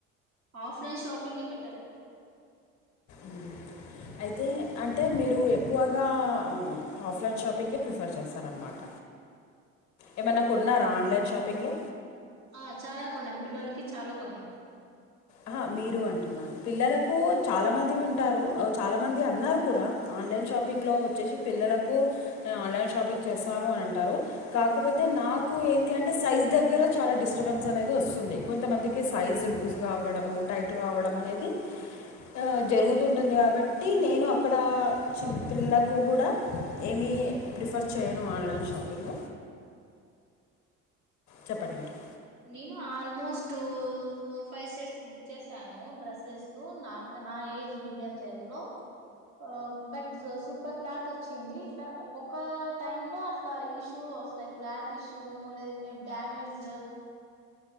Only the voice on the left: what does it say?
ఉమ్ అయితే అంటే మీరు ఎక్కువగా ఆఫ్లైన్ షాపింగే ప్రిఫర్ చేస్తారనమాట ఏమన్నా కొన్నారా ఆన్లైన్ షాపింగ్లో
ఆహా మీరు అంటున్నా పిల్లలకు చాలా మంది వింటారు చాలా మంది అన్నారు కూడా ఆన్లైన్ షాపింగ్లో వచ్చేసి పిల్లలకు ఆన్లైన్ షాపింగ్ చేస్తారు అని అంటారు కాకపోతే నాకు ఏంది అంటే సైజ్ దగ్గర చాలా డిస్టర్బెన్స్ అనేది ఒస్తుంది. కొంతమందికి సైజు లూజ్ గా అవ్వడము, టైట్గా అవ్వడం అనేది ఆ జరుగుతుంటుంది కాబట్టి నేను అక్కడ చిన్ పిల్లకు గుడా ఏమి ప్రిఫర్ చేయను ఆన్లైన్ షాపింగ్ చెప్పండి మీరు